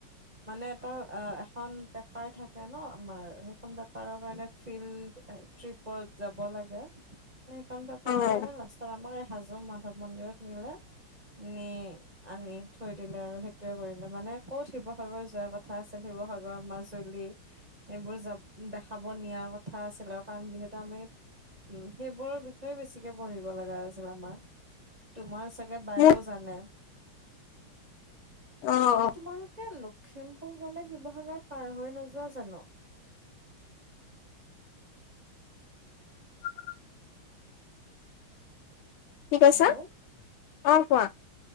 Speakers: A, on the right; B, on the left.
A: মানে এটা অ এখন পেপাৰ থাকে ন' আমাৰ, সেইখন পেপাৰৰ কাৰণে ফিল্ড ট্ৰিপত যাব লাগ <unintelligible> সেইখন পেপাৰৰ
B: অ',
A: কাৰণে লাষ্টত আমাৰ হাজো মাধৱ মন্দিৰত নিলে নি আনি থৈ দিলে আৰু সেইটোৱে কৰিলে মানে কত শিৱসাগৰ যোৱাৰ কথা আছিল শিৱসাগৰ মাজুলী এইবোৰ যাব দেখাব নিয়াৰ কথা আছিলে আৰু কাৰণ যিহেতু আমি উ সেইবোৰৰ বিষয়ে বেছিকৈ পঢ়িব লগা আছিল আমাৰ, তোমাৰ চাগে বায়েও
B: মোৰ
A: জানে। অ,
B: অ',
A: তোমালোকে লখিমপুৰ গলে শিৱসাগৰ পাৰ হৈ নোযোৱা জানো?
B: <unintelligible> কি কৈছা?
A: হেল্ল'।
B: অ কোৱা